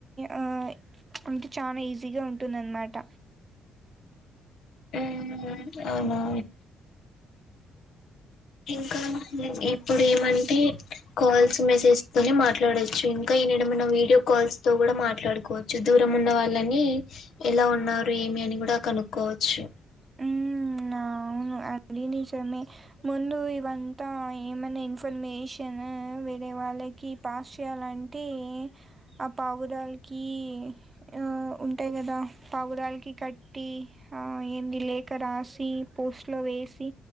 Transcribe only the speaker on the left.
హు అవునా ఇంకా ఇప్పుడు ఏమంటే కాల్స్ మెసేజ్ తోనే మాట్లాడో చు ఇంకా ఇనేనామన్నా వీడియో కాల్స్ తో కూడా మాట్లాడుకోవచ్చు దూరం ఉన్న వాళ్ళని ఎలా ఉన్నారు ఏమి అని కూడా కనుక్కోవచ్చు